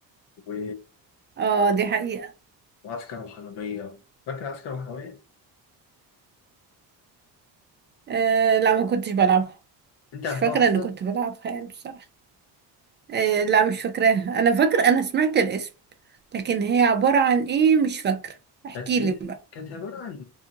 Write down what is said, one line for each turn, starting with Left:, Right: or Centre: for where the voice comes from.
Left: و...
Right: اه دي حقيقة
Left: وعسكر وحرامية فاكرة عسكر وحرامية؟
Right: أه لا ما كنتش بلعبها
Left: انت
Right: مش
Left: عارفاها
Right: فاكرة
Left: أصلا؟
Right: إني كنت بلعبها يعني بصراحة أه لا مش فاكراها أنا فاكرة أنا سمعت الاسم لكن هي عبارة عن إيه مش فاكرة احكيلي
Left: كانت
Right: بقى
Left: كانت عبارة عن